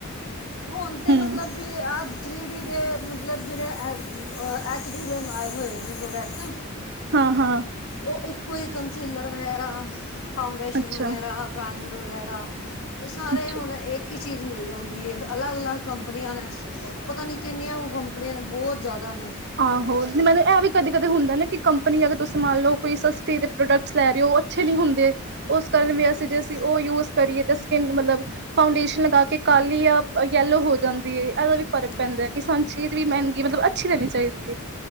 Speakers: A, on the left; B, on the right.
A: ਹੁਣ ਤੇ
B: ਹਮ
A: ਮਤਲਬ ਵੀ ਅ ਥ੍ਰੀ ਡੀ ਦੇ ਮਤਲਬ ਜਿਹੜੇ ਐਚ ਡੀ ਦੇ ਆਏ ਹੋਏ ਨੇ ਪ੍ਰੋਡਕਟ
B: ਹਾਂ -ਹਾਂ
A: ਉਹ ਇੱਕੋ ਹੀ ਕੰਸੀਲਰ ਵਗੈਰਾ, ਫਾਂਡੇਸ਼ਨ
B: ਅੱਛਾ
A: ਵਗੈਰਾ, ਪ੍ਰਾਈਮਰ ਵਗੈਰਾ ਇਹ ਸਾਰੇ
B: ਅੱਛਾ
A: ਹੁਣ ਇੱਕ ਹੀ ਚੀਜ਼ ਮਿਲ ਜਾਂਦੀ ਹੈ। ਅਲੱਗ -ਅਲੱਗ ਕੰਪਨੀਆਂ ਨੇ। ਪਤਾ ਨੀ ਕਿੰਨੀਆਂ ਕੋ ਕੰਪਨੀਆਂ ਨੇ ਬਹੁਤ ਜ਼ਿਆਦਾ ਨੇ।
B: ਆਹੋ ਮੈਨੂੰ ਇਹ ਵੀ ਕਦੇ- ਕਦੇ ਹੁੰਦਾ ਨਾ ਕਿ ਕੰਪਨੀ ਅਗਰ ਤੁਸੀਂ ਮੰਨ ਲਓ ਕੋਈ ਸਸਤੀ ਤੇ ਪ੍ਰੋਡਕਟਸ ਲੈ ਰਹੇ ਹੋ ਉਹ ਅੱਛੇ ਨਹੀਂ ਹੁੰਦੇ ਉਸ ਕਾਰਨ ਵੀ
A: ਹੂੰ
B: ਅਸੀਂ
A: ਹੂੰ
B: ਜੇਸੀਂ ਉਹ ਯੂ ਕਰੀਏ ਤਾਂ ਸਕਿੰਨ ਮਤਲਬ ਫਾਊਂਡੇਸ਼ਨ ਲਗਾ ਕੇ ਕਾਲੀ ਜਾ ਯੈਲੋ ਹੋ ਜਾਂਦੀ ਏ ਇਹਦਾ ਵੀ ਫ਼ਰਕ
A: ਹੂੰ
B: ਪੈਂਦਾ
A: ਹੂੰ
B: ਕਿ ਸਾਨੂੰ ਚੀਜ਼ ਵੀ ਮਹਿੰਗੀ ਮਤਲਬ ਅੱਛੀ ਲੈਣੀ ਚਾਹੀਦੀ ਹੈ